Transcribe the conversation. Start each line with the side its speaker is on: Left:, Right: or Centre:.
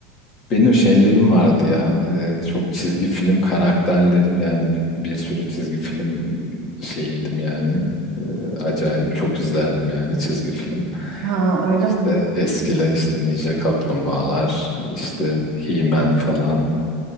Left: Benim şeylerim vardı ya. Ee, çok çizgi film karakterlerim yani bi- bir sürü çizgi film şeyiydim yani. Ee, acayip çok izlerdim yani çizgi film.
Right: Ha öyle
Left: İşte
Right: mi?
Left: eskiler işte Ninja Kaplumbağalar, işte He-Man falan.